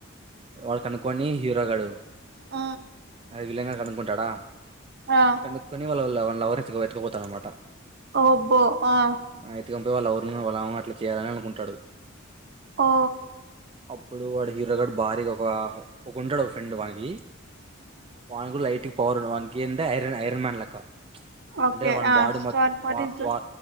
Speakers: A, on the right (about 25°); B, on the right (about 55°).
A: వాళ్ళ కనుక్కొని హీరో గాడు
B: ఆ
A: అది విలంగాడు కనుక్కుంటాడా
B: ఆ
A: కనుకొని వాలవాల్ లవన్ లవర్ నీ ఎత్తుకు ఎతుకోపోతాడు అనమాట
B: ఓబ్బో ఆ
A: అయితే ఇంగు పోయి వల లవర్ ను వల అమ్మమ్మ అలా చేయాలని అనుకుంటాడు
B: ఓ
A: అప్పుడు వాడు హీరో గడ్ భారీగా ఒక ఒక ఉంటాడు ఒక ఫ్రెండ్ వానికి వానికి కూడా లైట్ పరును వానికి ఏం అంటే ఐరన్ ఐరన్ మాన్ లెక్క
B: ఓకే
A: అంటే వాన్
B: ఆ
A: బాడు
B: స్టార్
A: మొత్తం
B: వాట్
A: వా
B: ఇస్
A: వా